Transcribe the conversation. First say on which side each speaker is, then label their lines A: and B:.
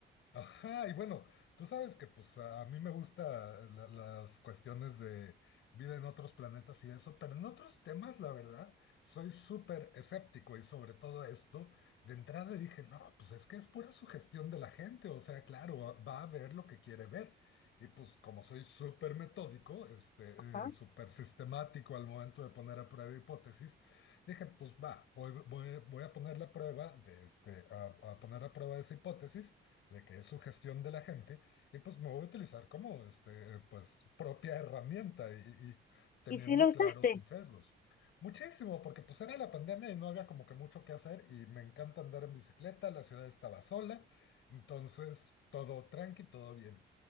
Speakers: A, on the left; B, on the left.
A: Ajá, y bueno, tú sabes que pues a mí me gustan las cuestiones de vida en otros planetas y eso, pero en otros temas, la verdad, soy súper escéptico y sobre todo esto, de entrada dije, no, pues es que es pura sugestión de la gente, o sea, claro, va a ver lo que quiere ver. Y pues como soy súper metódico, este,
B: Ajá.
A: eh, súper sistemático al momento de poner a prueba hipótesis, dije, pues va, voy, voy- voy a poner la prueba de este, a a poner a prueba esa hipótesis de que es su gestión de la gente, y pues me voy a utilizar como este, pues, propia herramienta y, y teniendo
B: ¿Y si lo usaste?
A: claros mis sesgos. Muchísimo, porque pues era la pandemia y no había como que mucho que hacer y me encanta andar en bicicleta, la ciudad estaba sola, entonces todo tranqui, todo bien.